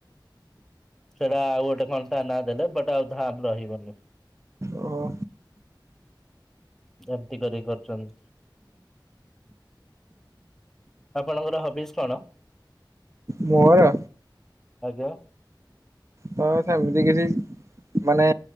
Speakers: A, in the centre; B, on the right.
A: ସେଇଟା ଆଉ ଗୋଟେ କନ ତା ନାମ ଦେଲେ ବଟ ଆଉ ଧାମ ରହିବନି।
B: ଓହୋ
A: ଏମିତି କରିକି କରୁଛନ୍ତି। ଆପଣଙ୍କର ହବିସ୍ କଣ?
B: ମୋର
A: ଆଜ୍ଞା
B: ତ ସେମିତି କିଛି ମାନେ